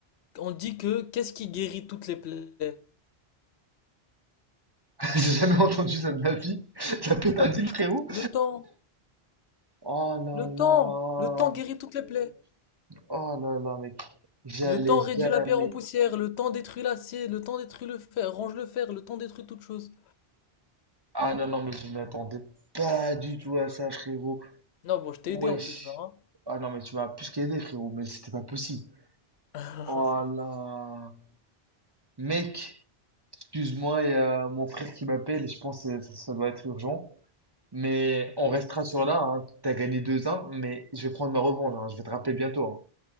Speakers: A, on the left; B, on the right.
A: on dit que qu'est-ce qui guérit toutes les plaies?
B: <laughs> J'ai jamais entendu ça de ma vie. <laughs> La pétadine, frérot.
A: Le temps,
B: Oh là
A: le
B: là.
A: temps, le temps guérit toutes les plaies.
B: Oh là là, mec. J'allais
A: Le temps réduit
B: jamais.
A: la pierre en poussière, le temps détruit l'acier, le temps détruit le fer, range le fer, le temps détruit toute chose.
B: Ah non, non, mais je m'attendais pas du tout à ça, frérot.
A: Non, bon, je t'ai
B: Wesh.
A: aidé en plus là, hein.
B: Ah non, mais tu m'as plus qu'aidé, frérot, mais c'était pas possible.
A: <laughs>
B: Oh là. Mec, excuse-moi, il y a mon frère qui m'appelle, je pense que ça, ça doit être urgent. Mais
A: Ok.
B: on restera sur là, hein. T'as gagné deux 1 mais je vais prendre ma revanche, hein. Je vais te rappeler bientôt,